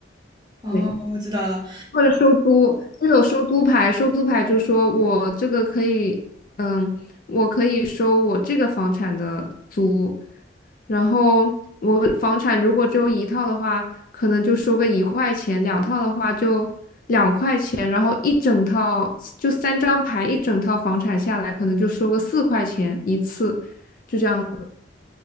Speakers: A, on the right; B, on the left.
A: 哦，
B: 对。
A: 我知道了，
B: 或者收租，就有收租牌，收租牌就说我这个可以，嗯，我可以收我这个房产的租，然后我房产如果只有一套的话，可能就收个一块钱，两套的话就两块钱，然后一整套就三张牌，一整套房产下来可能就收个四块钱一次，就这样子。